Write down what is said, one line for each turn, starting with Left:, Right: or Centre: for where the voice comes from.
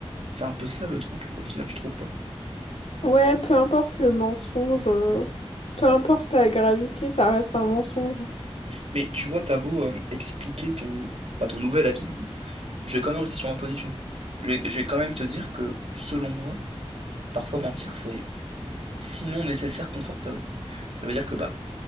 Right: C'est un peu ça le truc, au final, tu trouves pas?
Left: Ouais, peu importe le mensonge, euh, peu importe la gravité, ça reste un mensonge.
Right: Mais tu vois, t'as beau euh, expliquer ton, bah, ton nouvel avis, Je vais quand même rester sur ma position. Je vais, je vais quand même te dire que, selon moi, parfois mentir, c'est sinon nécessaire, confortable. Ça veut dire que bah